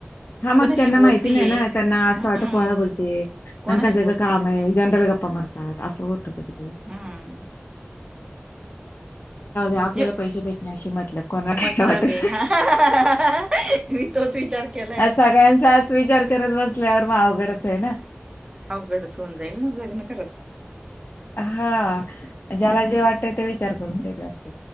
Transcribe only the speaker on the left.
हा मग
त्यांना
माहिती नाही ना, त्यांना असं
वाट कोनाला बोलते
आणि कशाच
कामे, जनरल गप गप्पा मारतात, असं होत कधी काधी.
आपल्याला पैसे भेटण्याशी
मतलब कोणाला
काय वाटत
आ सगळ्यांचाच विचार करत बसल्यावर मग अवघडच आहे ना.
हा ज्याला जे वाटत ते विचारत. असत